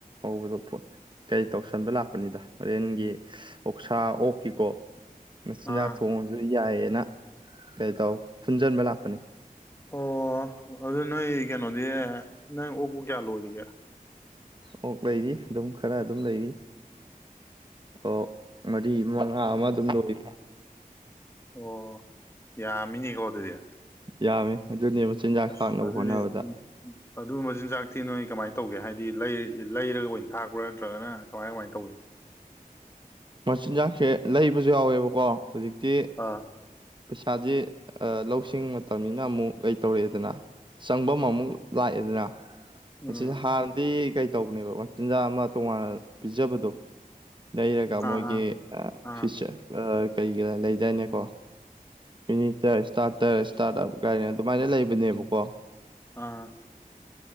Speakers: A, on the right (about 30°); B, on the left (about 15°).
A: ꯍꯧꯕꯗꯣ ꯀꯩ ꯇꯧꯁꯟꯕ ꯂꯥꯛꯄꯅꯤꯗ ꯍꯣꯔꯦꯟꯒꯤ ꯑꯣꯛꯁꯥ ꯑꯣꯛ ꯀꯤꯀꯣ ꯃꯆꯤꯟꯖꯥꯛ
B: ꯑꯥ ꯑꯣ
A: ꯊꯣꯡꯉꯁꯨ ꯌꯥꯏꯌꯦ ꯂꯩ ꯇꯣ ꯄꯨꯟꯖꯟꯕ ꯅꯦ
B: ꯑꯣ ꯑꯗꯨ ꯅꯣꯏ ꯀꯩꯅꯣꯗꯤ ꯅꯪ ꯑꯣꯛꯄꯨ ꯀꯌꯥ ꯂꯣꯏꯔꯤꯒꯦ
A: ꯑꯣꯛ ꯂꯩꯔꯤ ꯑꯗꯨꯝ ꯈꯔ ꯑꯗꯨꯝ ꯂꯩꯔꯤ ꯑꯣ ꯃꯔꯤ ꯃ ꯃꯉꯥ ꯑꯗꯨꯝ ꯂꯣꯏꯔꯤ
B: ꯑꯣ ꯌꯥꯝꯃꯤꯅꯦꯀꯣ ꯑꯗꯨꯗꯤ
A: ꯌꯥꯃꯤ ꯑꯗꯨꯅꯦꯕ ꯆꯤꯟꯖꯥꯛ
B: ꯑꯁ
A: ꯊꯥꯛꯅꯕ
B: ꯑꯗꯨꯗꯤ
A: ꯍꯣꯠꯅꯕꯗ
B: ꯎ ꯑꯗꯨ ꯃꯆꯤꯟꯖꯥꯛ ꯊꯤ ꯅꯣꯏ ꯀꯃꯥꯏꯅ ꯇꯧ ꯇꯧꯒꯦ ꯍꯥꯏꯗꯤ ꯂꯩꯔꯒ ꯑꯣꯏꯅ ꯊꯥꯛꯄ꯭ꯔꯥ ꯅꯠꯇ꯭ꯔꯒꯅ ꯀꯃꯥꯏ ꯀꯃꯥꯏꯅ ꯇꯧꯒꯦ
A: ꯃꯆꯤꯟꯁꯦ ꯂꯩꯕꯁꯨ ꯌꯥꯎꯋꯦꯕꯀꯣ ꯍꯧꯖꯤꯛꯇꯤ
B: ꯑꯥ
A: ꯄꯩꯁꯥꯁꯦ ꯂꯧꯁꯤꯡ ꯃꯇꯝꯅꯤꯅ ꯑꯃꯨꯛ ꯀꯩꯇꯧꯔꯛꯑꯦꯗꯅ ꯆꯪꯐꯝ ꯑꯃꯨꯛ ꯂꯥꯛꯑꯦꯗꯅ
B: ꯎꯝ
A: ꯃꯁꯤꯁ ꯍꯥꯟꯅꯗꯤ ꯀꯩ ꯇꯧꯕꯅꯦꯕ ꯆꯤꯟꯖꯥꯛ ꯑꯃ ꯇꯣꯉꯥꯟꯅ ꯄꯤꯖꯕꯗꯣ ꯂꯩꯔꯒ
B: ꯑꯥ
A: ꯃꯣꯏꯒꯤ
B: ꯑꯥ
A: ꯐꯆ ꯀꯩꯒ ꯂꯩꯗꯥꯏꯅꯦꯀꯣ ꯐꯤꯅꯤꯆꯔ ꯏꯁꯇꯥꯔꯇꯔ ꯏꯁꯇꯥꯔꯠ ꯑꯞ ꯀꯥꯏꯅ ꯑꯗꯨꯃꯥꯏꯅ ꯂꯩꯕꯅꯦꯕꯀꯣ
B: ꯑꯥ